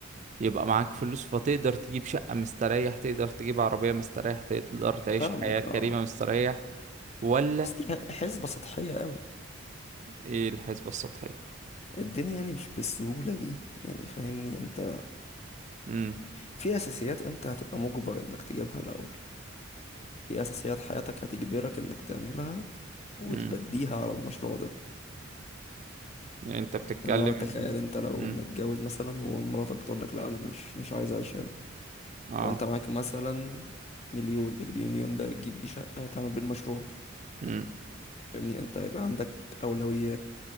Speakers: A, on the right; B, on the left.
A: يبقى معاك فلوس فتقدر تجيب شقة مستريح تقدر تجيب عربية مستريح تقدر تعيش
B: فاهمك
A: حياة كريمة
B: اه
A: مستريح ولا
B: بس دي حسبة سطحية قوي
A: ايه الحسبة السطحية
B: الدنيا يعني مش بالسهولة دي يعني فاهمني انت
A: امم
B: في اساسيات انت هتبقى مجبر انك تجيبها الاول في اساسيات حياتك هتجبرك انك تعملها وتبديها
A: امم
B: على المشروع ده
A: يعني انت بتتكلم
B: اللي هو تخيل انت لو
A: امم
B: متجوز مثلا ومراتك بتقول لك لا انا مش مش عايز اعيش هنا
A: اه
B: وانت معاك مثلا مليون المليون ده تجيب بيه شقة تعمل بيه المشروع
A: امم
B: فاهمني انت هيبقى عندك اولويات